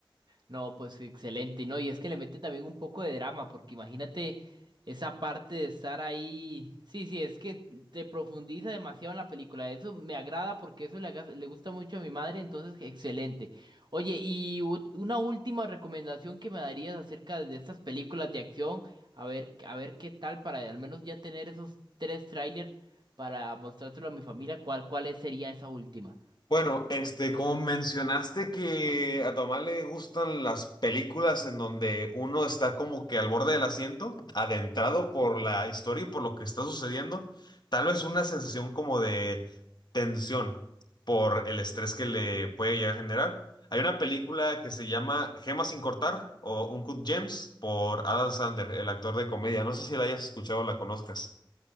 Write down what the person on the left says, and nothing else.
Bueno, este, como mencionaste que a tu mamá le gustan las películas en donde uno está como que al borde del asiento, adentrado por la historia y por lo que está sucediendo, tal vez una sensación como de tensión por el estrés que le puede llegar a generar. Hay una película que se llama Gemas sin cortar o Uncut Gems por Adam Sandler, el actor de comedia. No sé si la hayas escuchado o la conozcas.